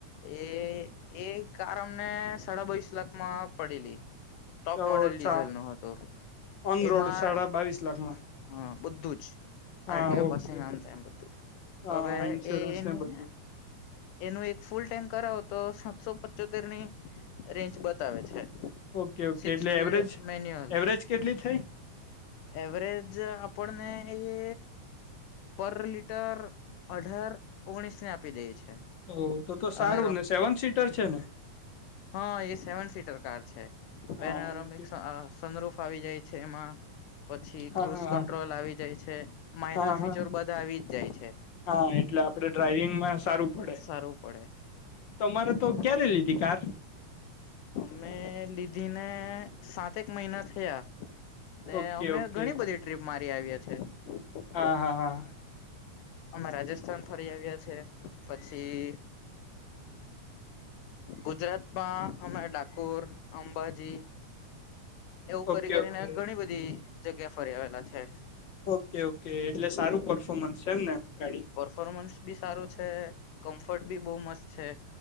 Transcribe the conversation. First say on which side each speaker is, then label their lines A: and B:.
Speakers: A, on the left (about 85°); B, on the left (about 65°).
A: એ એ કાર અમને સાડા બાવીશ લાખમાં પડેલી. ટોપ
B: અચ્છા
A: મોડેલ ડીઝલનું હતું.
B: ઓન
A: એમાં
B: રોડ સાડા બાવીસ લાખમાં
A: હ હ બધું જ.
B: હા
A: આરડીઓ
B: ઓકે
A: પાસે ને આમ તેમ બધું
B: હા
A: હવે
B: હા ઇન્સ્યોરન્સ
A: એ એની
B: ને બધું
A: એનું એક ફૂલ ટેન્ક કરાવો તો સાતસો પચોતેરની રેન્જ બતાવે છે.
B: ઓકે ઓકે
A: સિક્સ
B: એટલે
A: સ્પીડ
B: એવરેજ
A: મેન્યુઅલ.
B: એવરેજ કેટલી થઈ
A: એવરેજ આપડને એ પર લીટર અઢાર, ઓગણીસની આપી દેય છે.
B: ઓહ! તો તો તો સારું
A: અને
B: ને. સેવન સીટર છે ને?
A: હહ એ સેવન સીટર કાર છે. તો
B: હા
A: એના
B: ઓકે
A: અમે અ સનરૂફ આવી જાય છે એમાં. પછી
B: હા
A: ક્રુશ
B: હા હા
A: કંટ્રોલ આવી જાય છે. માઇનર
B: હા હા
A: ફીચર બધા આવી જ જાય છે.
B: હા એટલે આપડે ડ્રાઈવિંગમાં સારું પડે
A: સારું પડે.
B: તમારે તો ક્યારે લીધી કાર?
A: અમે લીધી ને સાતેક મહિના થયા. ને
B: ઓકે
A: અમે
B: ઓકે
A: ઘણી બધી ટ્રીપ મારી આવ્યા છે.
B: હા
A: અ
B: હા હા
A: અમે રાજસ્થાન ફરી આવ્યા છે. પછી ગુજરાતમાં અમે ડાકોર, અંબાજી. એવું
B: ઓકે
A: કરી કરીને
B: ઓકે
A: ઘણી બધી જગ્યા ફરી આવેલા છે.
B: ઓકે ઓકે એટલે સારું પર્ફોર્મન્સ છે એમ ને ગાડી
A: પરફોર્મન્સ બી સારું છે, કમ્ફર્ટ બી બોવ મસ્ત છે.